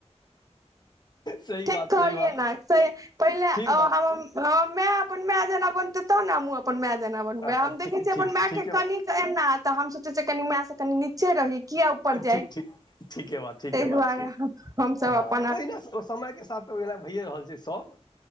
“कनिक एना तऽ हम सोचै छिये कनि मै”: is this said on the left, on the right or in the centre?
Right